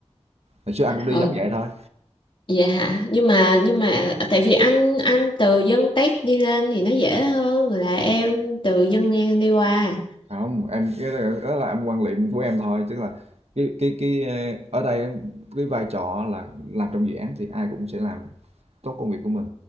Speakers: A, on the right; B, on the left.
A: Hồi trước anh cũng đi
B: ừ.
A: giống vậy thôi.
B: Dạ hả? Nhưng mà nhưng mà à, tại vì anh anh từ dân Tết đi lên thì nó dễ hơn là em từ dân ngang đi qua.
A: Không, em cái đó đó là em quan niệm của em thôi, tức là cái cái cái ờ, ở đây em- cái vai trò là làm trong dự án thì ai cũng sẽ làm tốt công việc của mình.